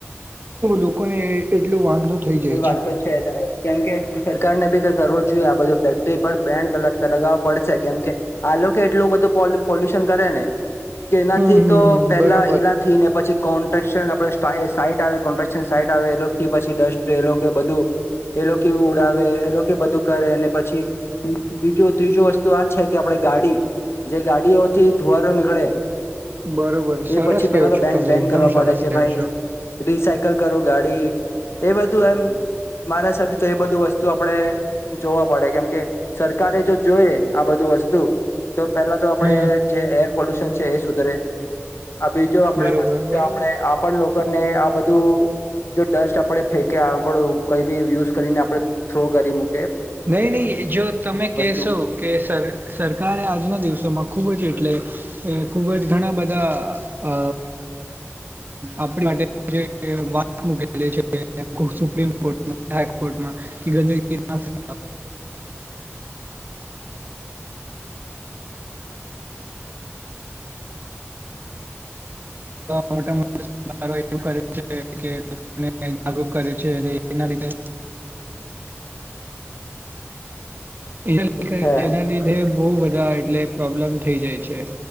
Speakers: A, on the right; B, on the left.
A: લોકોને એટલું વાંધો થઈ જાય
B: એ વાત તો છે જ કેમ કે સરકાર ને બી કઈ કરવું જોઈએ આ બધુ ફેક્ટરી પર બેન લગાવવા પડશે કેમ કે આ લોકો એટલું બધું પોલ્યુશન કરેને કે
A: હમ
B: એનાથી
A: હમ
B: તો પેલા
A: બરોબર
B: એનાથી ને પછી કોન્ટ્રાક્શન આપડ સાઈટ આવે કોન્ટ્રાક્શન સાઈટ આવે એ થી પછી ડસ્ટ એ લોકો બધું એ લોકો ઉડાવે એ લોકો બધું કરે અને પછી બીજું ત્રીજું વસ્તુ આ છે કે આપણે ગાડી જે ગાડીઓથી ધુવારો નીકળે એ
A: બરોબર સરસ
B: પછી
A: કેવો
B: પેલા તો
A: છો
B: બેન
A: તમે
B: બેન
A: એકદમ
B: કરવા
A: સરસ
B: પડે કે
A: કેવો
B: ભાઈ
A: છો
B: રિસાયકલ કરો ગાડી એ વાત એમ મારા હિસાબ તો એ બધું વસ્તુ આપણે જોવા પડે કેમકે સરકારે જો જોઈએ આ બધું વસ્તુ તો તો પહેલા તો આપડે
A: હમ
B: જે એર પોલ્યુશન છે એ સુધરે આ બીજું આપડે
A: બરોબર
B: વસ્તુ
A: બરોબર
B: છે આપણે આ પણ લોકો ને આ બધું જો ડસ્ટ આપડે હે કે આપડુ કઈ બી યુઝ કરીને આપણે થ્રો કરી મુ
A: નહી નહીં જો તમે કહેશો
B: વસ્તુ
A: કે સર સરકારે આજના દિવસોમાં ખૂબ જ એટલે ખૂબ જ ઘણા બધા અ આપ માટે જે વાત મલી છે સુપમ કોર્ટાઈકોર્ટમાં ગંદ હિકારચીં મોટા મોટા એવું કરે છે કે જાગૃત કરે છે અને એના લીધે એના,
B: છે આ
A: એના, લીધે બહુ ત્યાં એટલે પ્રોબલેમ થઈ જાય છે